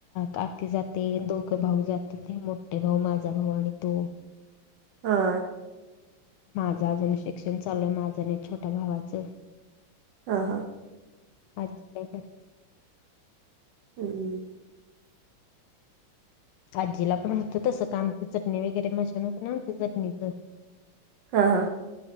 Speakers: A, on the left (about 85°); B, on the right (about 65°).
A: काकी जाते दोघं भाऊ जातात ते मोठ टे भाऊ माझा भाऊ आणि तो
B: हा
A: माझं अजून शिक्षण चालूय माझं आणि छोट्या भावाचं
B: हा हा
A: अज काय कर
B: हम्
A: आजीला पण होतं तसं काांती चटणी वगैरे मशन होत ना ते चटणीच
B: हा हा